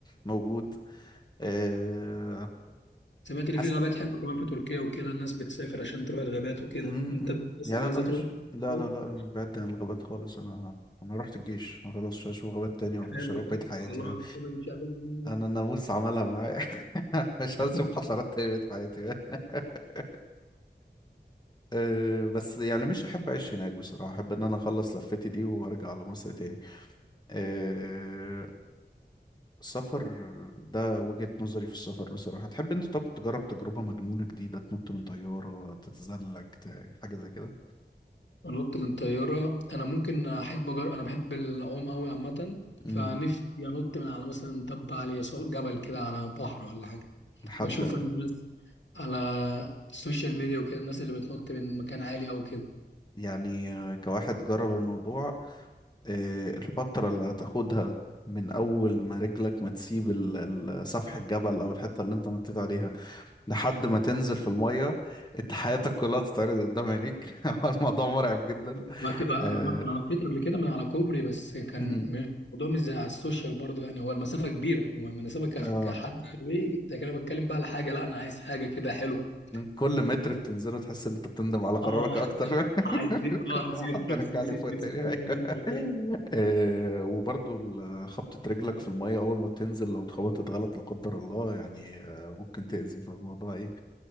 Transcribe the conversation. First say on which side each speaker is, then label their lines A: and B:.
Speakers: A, on the left; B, on the left.
A: موجود أه
B: سمعت ان
A: حس...
B: في غابات حلوه كمان في تركيا وكده الناس بتسافر عشان تروح الغابات وكده
A: م-
B: انت
A: م.
B: بس
A: يعني
B: اللي عايزه
A: انا مش
B: تروح
A: لا
B: <laughs>
A: لا لا أنا بعد عن الغابات خالص انا انا رحت الجيش ما خلاص مش هشوف غابات تاني ولا
B: حلو
A: حشرات
B: خلاص
A: بقيت حياتي
B: خلاص
A: بقى.
B: انا مش عايز
A: انا الناموس عملها معايا <laughs> مش
B: <laughs>
A: هشوف حشرات تاني بقيت حياتي بقى. <laughs> أه بس يعني مش احب اعيش هناك بصراحة احب ان انا اخلص لفتي دي وارجع على مصر تاني أه السفر ده وجهة نظري في السفر بصراحة تحب انت طب تجرب تجربة مجنونة جديدة تنط من طيارة تتزلج ت- حاجة زي كده
B: انط من طياره انا ممكن احب أجر... انا بحب العوم قوي عامه
A: امم
B: فنفسي انط من على مثلا تبة عاليه سواء جبل كده على بحر ولا حاجه
A: لحد
B: بشوف انا الناس على السوشيال ميديا وكده الناس اللي بتنط من مكان عالي او كده
A: يعني آه، كواحد جرب الموضوع آه، الفترة اللي هتاخدها من أول ما رجلك ما تسيب ال- ال- سفح الجبل أو الحتة اللي أنت نطيت عليها لحد ما تنزل في المية أنت حياتك كلها تتعرض قدام عينيك <laughs> هو الموضوع مرعب جدا
B: وهتبقى
A: آه،
B: انا انا نطيت قبل كده من على كوبري بس كان
A: <clears throat>
B: م- الموضوع مش زي على السوشيال برضو يعني هو المسافه كبيره هو المسافه ك-
A: آه،
B: كحد طبيعي لكن انا بتكلم بقى على حاجه لا انا عايز حاجه كده حلوه
A: كل متر بتنزله تحس ان انت بتندم على قرارك
B: اه
A: اكتر <laughs>
B: عايزين اه
A: كنت
B: عايزين
A: آه، حد
B: 50
A: يرجع
B: 60
A: لي فوق تاني
B: 70
A: أيوة.
B: متر
A: <laughs>
B: كده
A: آه، وبرضو ال- خبطة رجلك في المية أول ما بتنزل لو اتخبطت غلط لا قدر الله يعني آه، ممكن تأذي في الموضوع إيه